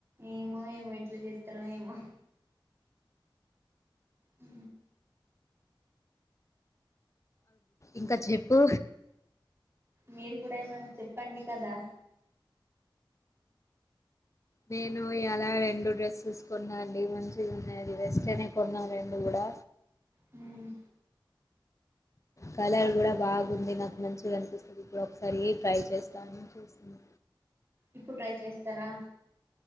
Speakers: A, on the right (about 30°); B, on the left (about 35°).
A: ఏమో ఏమో ఇట్లా చేస్తార ఏమో, హ
B: ఇంకా చెప్పు,
A: మీరు కూడాడనా, చెప్పండి కదా,
B: నేను ఇలా రెండు డ్రెస్సెస్ కొన్నా అండి మంచిది ఉన్నాది వెస్ట అనే కొన్నాను రెండు కూడా,
A: హుమ్,
B: కలర్ కూడా బాగుంది నాకు మంచిగా అనిపిస్తుంది ఇప్పుడు ఒకసారి ట్రై చేస్తానుని చూస్తుంది.
A: ఇప్పుడు ట్రై చేస్తారా,